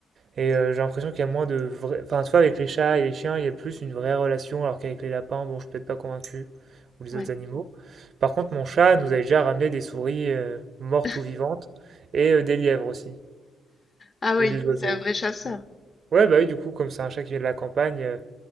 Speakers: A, on the right; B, on the left.
A: Et euh, j'ai l'impression qu'il y a moins de vrai... Enfin, tu vois, avec les chats et les chiens, il y a plus une vraie relation, alors qu'avec les lapins, bon, je suis peut-être pas convaincu, ou les
B: ouais.
A: autres animaux. Par contre, mon chat nous avait déjà ramené des souris euh, mortes
B: <laughs>
A: ou vivantes, et euh, des lièvres aussi,
B: Ah oui,
A: et des oiseaux.
B: c'est un vrai chasseur.
A: Ouais, bah oui, du coup, comme c'est un chat qui vient de la campagne, euh,